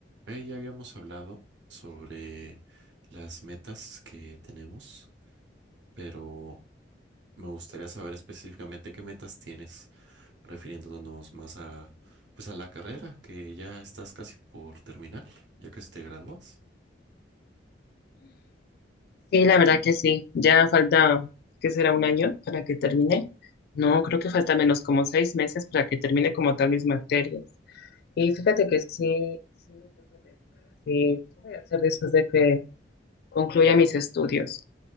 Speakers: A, on the right (about 70°); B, on the left (about 60°).
A: Ahí ya habíamos hablado sobre las metas que tenemos, pero me gustaría saber específicamente qué metas tienes, refiriéndonos más a, pues a la carrera, que ya estás casi por terminar, ya casi te gradúas.
B: Sí, la verdad que sí. Ya falta, ¿qué será? Un año para que termine. No, creo que falta menos como seis meses para que termine como tal mis materias. Y fíjate que sí, sí me puse a pensar así, ¿qué voy a hacer después de que concluya mis estudios?